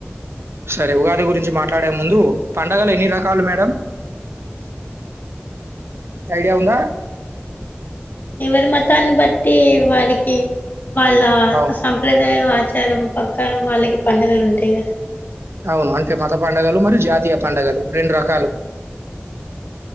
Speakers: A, on the right (about 80°); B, on the left (about 50°).
A: సరే ఉగాది గురించి మాట్లాడే ముందు పండగలు ఎన్ని రకాలు మేడం ఐడియా ఉందా.
B: ఎవరి మతాన్ని బట్టి వారికి వాళ్ళ
A: అవును.
B: సంప్రదాయాలు వ ఆచారం పక్కారం వాళ్ళకి పండగలు ఉంటాయి కద.
A: అవును అంటే మత పండుగలు మరియు జాతీయ పంండగలు రెండు రకాలు.